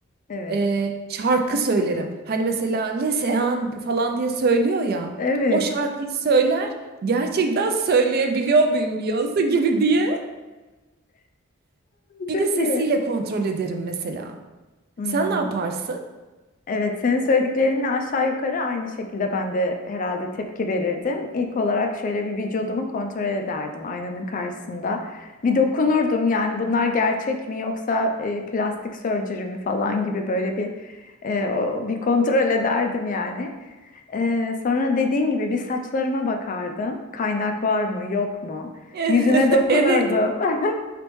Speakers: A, on the left; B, on the right.
A: Evet.
B: e, şarkı söylerim. Hani mesela Le Sean falan diye söylüyor ya.
A: Evet.
B: O şarkıyı söyler, gerçekten söyleyebiliyor muyum Beyoncé gibi diye. Bir
A: Çok
B: de sesiyle
A: iyi.
B: kontrol ederim mesela.
A: Hmm.
B: Sen ne yaparsın?
A: Evet, senin söylediklerinle aşağı yukarı aynı şekilde ben de herhalde tepki verirdim. İlk olarak şöyle bir vücudumu kontrol ederdim aynanın karşısında. Bir dokunurdum yani bunlar gerçek mi yoksa e, plastik surgery mi falan gibi böyle bir e, o- bir kontrol ederdim yani. E, sonra dediğin gibi bir saçlarıma bakardım. Kaynak var mı yok mu?
B: <laughs>
A: Yüzüme dokunurdum.
B: Evet.
A: <laughs>